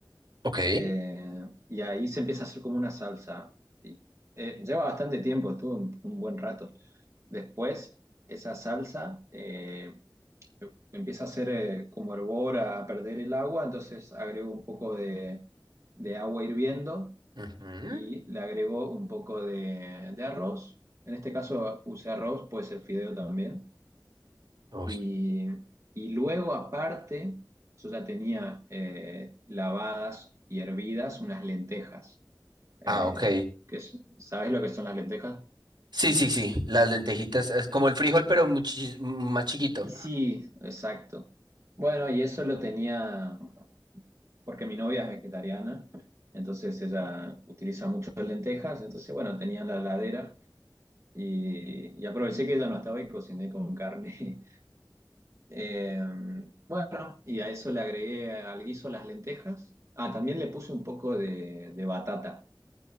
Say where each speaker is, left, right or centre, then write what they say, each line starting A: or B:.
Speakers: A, on the right; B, on the right.
A: ok.
B: Eh, y ahí se empieza a hacer como una salsa. Y, eh, lleva bastante tiempo, estuvo un, un buen rato. Después, esa salsa eh, empieza a hacer eh, como hervor, a perder el agua. Entonces agrego un poco de de agua hirviendo
A: Ujú.
B: y le agrego un poco de, de arroz. En este caso usé arroz, puede ser fideo también.
A: Uy,
B: Y, y luego aparte, yo ya tenía eh, lavadas y hervidas unas lentejas. eh,
A: Ah, ok.
B: que es- ¿sabes lo que son las lentejas?
A: Sí, sí, sí. Las lentejitas es como el frijol, pero muchis- más chiquito.
B: Y sí, exacto. Bueno, y eso lo tenía porque mi novia es vegetariana, entonces ella utiliza mucho lentejas, entonces bueno, tenía en la ladera Y, y aproveché que ella no estaba y cociné con carne. <laughs> Eh, bueno, y a eso le agregué al guiso las lentejas. Ah, también le puse un poco de, de batata.